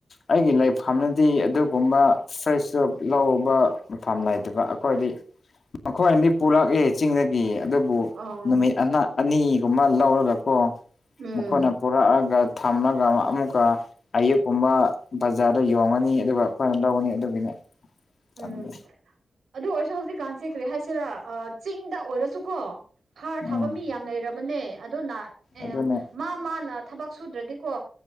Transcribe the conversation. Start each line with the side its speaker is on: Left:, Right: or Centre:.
Left: ꯑꯩꯒꯤ ꯂꯥꯏꯛꯐꯝꯥꯅꯗꯤ ꯑꯗꯨꯒꯨꯝꯕ ꯐ꯭ꯔꯦꯁꯁꯨ ꯂꯧꯕ ꯃꯐꯝ ꯂꯩꯇꯕ ꯑꯩꯈꯣꯏꯗꯤ
Right: ꯑ
Left: ꯃꯈꯣꯏ ꯑꯅꯗꯤ ꯄꯨꯔꯛꯏꯦ ꯆꯤꯡꯗꯒꯤ ꯑꯗꯨꯕꯨ
Right: ꯑꯥ
Left: ꯅꯨꯃꯤꯠ ꯑꯅꯥ ꯑꯅꯤꯒꯨꯝꯕ ꯂꯧꯔꯒꯀꯣ
Right: ꯎꯝ
Left: ꯃꯈꯣꯏꯅ ꯄꯨꯔꯛꯑꯒ ꯊꯝꯃꯒ ꯑꯃꯨꯛꯀ ꯑꯌꯦꯛꯀꯨꯝꯕ ꯕꯖꯥꯔꯗ ꯌꯣꯡꯉꯅꯤ ꯑꯗꯨꯒ ꯑꯩꯈꯣꯏꯅ ꯂꯧꯒꯅꯤ ꯑꯗꯨꯒꯤꯅꯦ
Right: ꯎꯝ
Left: ꯊꯝꯃꯦ
Right: ꯑꯗꯨ ꯑꯣꯏꯔꯁꯨ ꯍꯧꯖꯤꯛꯀꯥꯟ ꯆꯦ ꯀꯔꯤ ꯍꯥꯏꯁꯤꯔꯥ ꯆꯤꯡꯗ ꯑꯣꯏꯔꯁꯨꯀꯣ ꯍꯥꯔ ꯊꯥꯕ
Left: ꯎꯝ
Right: ꯃꯤ ꯌꯥꯝ ꯂꯩꯔꯕꯅꯦ ꯑꯗꯨꯅ ꯑ
Left: ꯑꯗꯨꯅ
Right: ꯃꯥ ꯃꯥꯅ ꯊꯕꯛ ꯁꯨꯗ꯭ꯔꯗꯤꯀꯣ